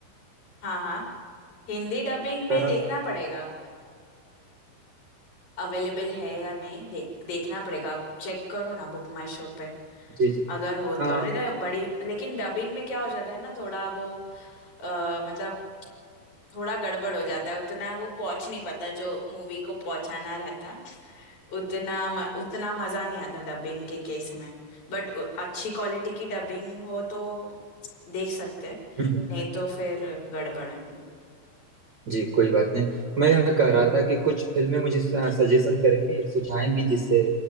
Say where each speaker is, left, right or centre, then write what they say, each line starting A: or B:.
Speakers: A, on the left (about 50°); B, on the right (about 80°).
A: हाँ हाँ हिंदी डबिंग में
B: कर रहा
A: देखना
B: था
A: पड़ेगा अवेलेबल है या नहीं देख देखना पड़ेगा आप चेक करो ना बुक माई शो पे
B: जी जी
A: अगर हो तो
B: आ,
A: नहीं तो बड़ी लेकिन डबिंग में क्या हो जाता है ना थोड़ा वो अ, मतलब थोड़ा गड़बड़ हो जाता है उतना वो पहुंच नहीं पाता जो मूवी को पहुंचाना रहता उतना म, उतना मजा नहीं आता डबिंग के केस में बट अच्छी क्वालिटी की डबिंग हो तो देख सकते हैं
B: हम्म,
A: नहीं तो फिर गड़बड़ है
B: जी कोई बात नहीं मैं यह कह रहा था कि कुछ फिल्में मुझे सजेशन करेंगी सुझाएंगी जिससे